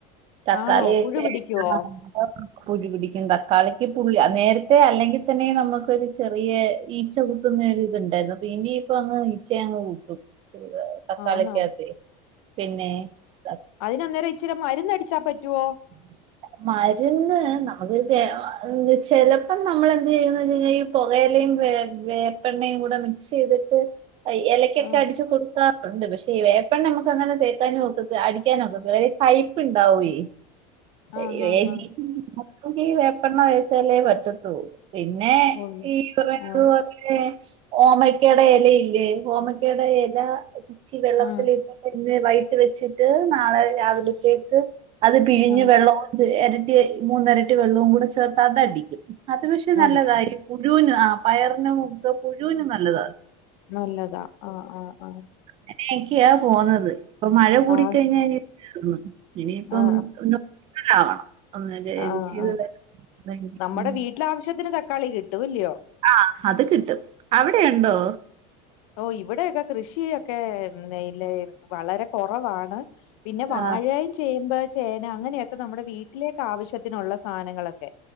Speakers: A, on the right; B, on the left.
A: തക്കാളിഒക്കെ
B: ആണോ പുഴു പിടിക്കുവോ
A: <unintelligible> പുഴു പിടിക്കും തക്കാളിക്ക് പുള്ളി നേരത്തെ അല്ലെങ്കിൽ തന്നെ നമുക്കൊരു ചെറിയെ ഈച്ച കുത്തുന്നെ ഒരു ഇത്ണ്ടായിരുന്നു അപ്പ ഇനിയിപ്പ അങ്ങ് ഈച്ച അങ്ങ് കുത്തും തക്കാളിക്കാത്തെ
B: ആന്നോ
A: പിന്നെ ത-
B: അയിന് അന്നേരം ഇച്ചിര് മരുന്ന് അടിച്ചാ പറ്റുവോ
A: <inaudible> മരുന്ന് ഏഹ് നമുക്ക് തെ അഹ് ചെലപ്പോ നമ്മൾ എന്ത് ചെയ്യുന്നുണ്ടെങ്കി പുകയലയും വേ വേപ്പെണ്ണയും കൂടെ മിക്സ്തിട്ട് എലക്കൊക്കെ
B: ആ
A: അടിച്ചു കൊടുത്താ ഒണ്ട് പക്ഷേ ഈ വേപ്പണ്ണ നമക്ക് അങ്ങനെ തേക്കാന് ഒക്കത്തില്ല അടിക്കാനോക്കത്തില്ലേ പൈപ്പ്ണ്ടാവുവെ <unintelligible>
B: ആ ആ ആ
A: <unintelligible> ഈ വേപ്പെണ്ണ ഒഴിച്ചാലേ പറ്റത്തുള്ളൂ പിന്നെ
B: കൊള്ളു
A: ഈ കുറേങ്ങട്
B: ആ
A: <unintelligible> ഏഹ് ഓമക്കാടെ എലയില്ലേ ഓമക്കാടെ എല ഇച്ചി വെള്ളത്തിലി
B: ആ
A: ഇന്ന് വൈയ്യിട്ട് വെച്ചിട്ട് നാളെ രാവിലത്തേക്ക് അത് പിഴിഞ്ഞ്
B: ആ
A: വെള്ള എരട്ടിയായി മൂന്നരട്ടി വെള്ളവും കൂടെ ചേർത്ത് അത് അടിക്കും അത് പക്ഷെ നല്ലതായിരി
B: അടിക്കും
A: മുഴുവനും ആഹ് പയറിന് മൂത്ത പുഴുന് നല്ലതാ
B: നല്ലതാ ആഹ് ആഹ് ആഹ്
A: അങ്ങനെയെക്കെയാ പോന്നത് ഇപ്പൊ മഴ കൂടിക്കഴിഞ്ഞാ
B: ആ ആ
A: ഇനി ഇനിയിപ്പം
B: ആ
A: <unintelligible>
B: ആ ആ നമ്മടെ
A: ഉം
B: വീട്ടിലാവശ്യത്തിന് തക്കാളി കിട്ടും ഇല്ലിയോ
A: ആഹ് അത് കിട്ടും അവിടെ ഉണ്ടോ
B: ഓഹ് ഇവിടൊയൊക്കെ കൃഷിയൊക്കെ നെയ് ലെയ് വളരെ കൊറവാണ് പിന്നെ വാഴായും
A: ആ
B: ചേമ്പ്, ചേന അങ്ങനെയൊക്കെ നമ്മടെ വീട്ടിലേക്ക് ആവശ്യത്തിനുള്ള സാധനങ്ങളൊക്കെ